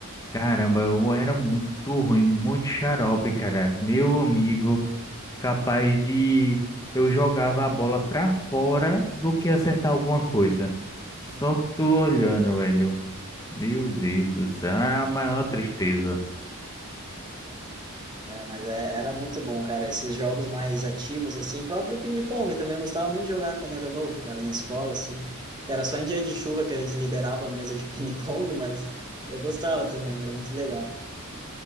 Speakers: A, on the left; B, on the right.
A: Caramba, eu era muito ruim, muito xarope, cara. Meu amigo. capaz de eu jogava a bola pra fora do que acertar alguma coisa. Só
B: Uhum.
A: tô olhando, velho. Meu Deus do céu, é a maior tristeza.
B: É, mas é- era muito bom, cara. Esses jogos mais ativos, assim, próprio ping-pong, eu também gostava muito de jogar quando era novo, cara, na escola, assim. Era só em dia de chuva que eles liberavam a mesa de <laughs> ping-pong, mas eu gostava também, era muito legal.